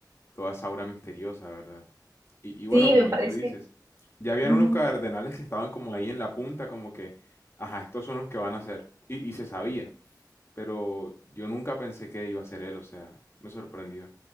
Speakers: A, on the left; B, on the right.
A: toda esa aura misteriosa, ¿verdad? Y, y bueno,
B: Sí,
A: como
B: me Y- parece.
A: tú dices, ya habían
B: Ujú.
A: unos cardenales que estaban como ahí en la punta, como que, ajá, estos son los que van a ser. Y, y se sabía, pero yo nunca pensé que iba a ser él, o sea, me sorprendió.